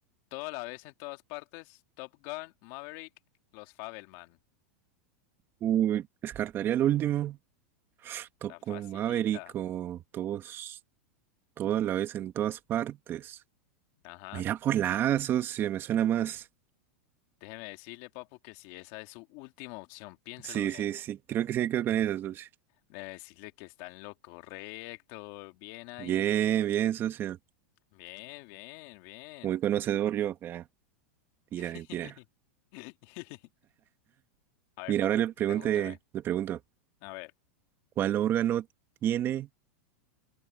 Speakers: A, on the left; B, on the right.
A: Todo a la vez en todas partes. Top Gun, Maverick, los Fabelman.
B: Uy, descartaría el último. Tocó
A: Está facilita.
B: un Maverick todos, toda la vez en todas partes.
A: Ajá.
B: Mira por la A, socio, me suena más.
A: Déjeme decirle, papu, que si esa es su última opción, piénselo
B: Sí,
A: bien.
B: sí, sí, creo que sí me quedo con eso, socio.
A: Debe decirle que está en lo correcto. Bien ahí.
B: Bien, bien, socio.
A: Bien, bien, bien.
B: Muy conocedor yo. o sea, tira,
A: <laughs>
B: mentira.
A: A ver,
B: Mira,
A: papu,
B: ahora le pregunte,
A: pregúnteme.
B: le pregunto,
A: A ver.
B: ¿cuál órgano tiene